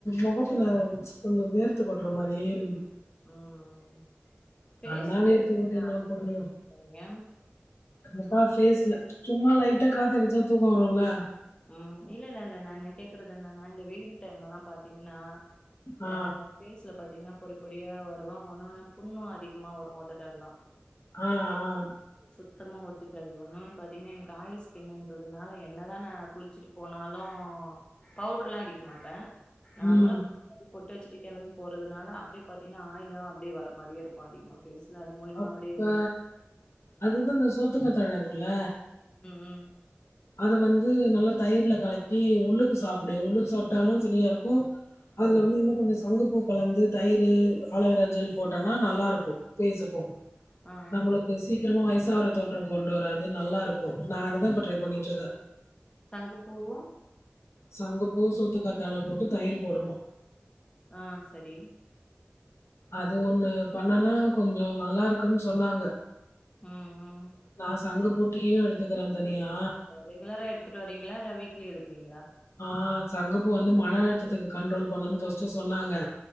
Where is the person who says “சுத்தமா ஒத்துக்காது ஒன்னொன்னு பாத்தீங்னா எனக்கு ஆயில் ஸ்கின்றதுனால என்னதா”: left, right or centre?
Left